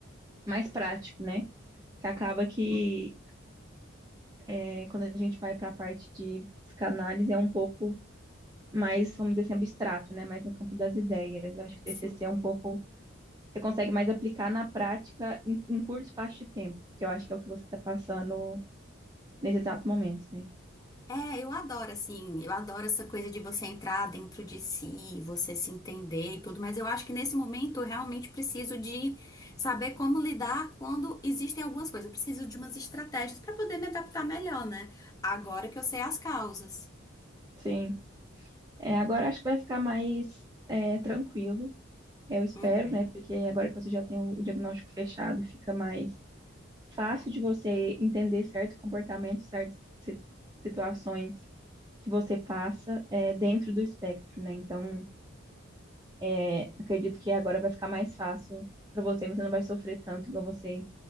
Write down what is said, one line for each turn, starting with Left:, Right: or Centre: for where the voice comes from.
Right: mais prático, né? Que acaba que É, quando a gente vai para a parte de psicanálise, é um pouco mais, vamos dizer assim, abstrato, né? Mais no campo das ideias. Eu acho que o TCC
Left: Sim.
Right: é um pouco. Você consegue mais aplicar na prática em, em curto espaço de tempo, que eu acho que é o que você está passando nesse exato momento, né?
Left: É, eu adoro, assim, eu adoro essa coisa de você entrar dentro de si, você se entender e tudo, mas eu acho que nesse momento eu realmente preciso de saber como lidar quando existem algumas coisas. Eu preciso de umas estratégias para poder me adaptar melhor, né? Agora que eu sei as causas.
Right: Sim. É, agora acho que vai ficar mais é, tranquilo, eu espero,
Left: Uhum.
Right: né? Porque agora que você já tem o, o diagnóstico fechado, fica mais fácil de você entender certos comportamentos, certas si- situações que você passa é, dentro do espectro, né? Então, é, acredito que agora vai ficar mais fácil para você, você não vai sofrer tanto igual você